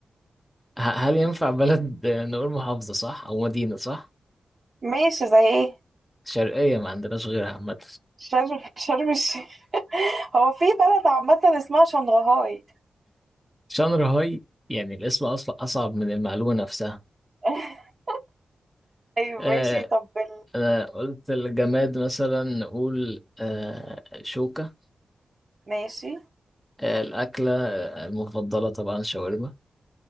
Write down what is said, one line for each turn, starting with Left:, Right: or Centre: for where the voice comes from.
Centre: ه- هل ينفع بلد آه، نقول محافظة صح أو مدينة صح؟
Right: ماشي زي ايه
Centre: شرقية ما عندناش غيرها عامة
Right: شرم <laughs> شرم الشيخ <laughs> هو في بلد عامة اسمها شنغهاي
Centre: شانغهاي يعني الاسم اصلا اصعب من المعلومه نفسها
Right: <laughs> طيب
Centre: آه
Right: ماشي طب ال
Centre: انا قلت الجماد مثلا نقول آه شوكه
Right: ماشي
Centre: آه الاكله آه، المفضله طبعا شاورما